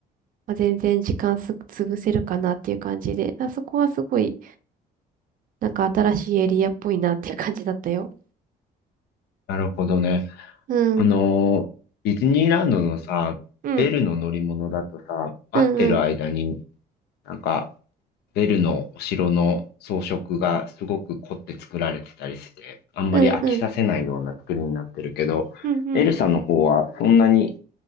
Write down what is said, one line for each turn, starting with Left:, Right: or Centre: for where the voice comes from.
Right: まあ、全然時間す、潰せるかなっていう感じで、まあそこはすごい、なんか新しいエリアっぽいなっていう感じだったよ。
Left: なるほどね。
Right: うん。
Left: あのー、ディズニーランドのさ、
Right: うん。
Left: ベルの乗り物だとさ、待ってる間に
Right: うんうん。
Left: なんかベルのお城の装飾がすごく凝って作られてたりして、あんまり飽きさせないような作りになってるけど、
Right: うんうん。うんうん。
Left: エルサの方はそんなに、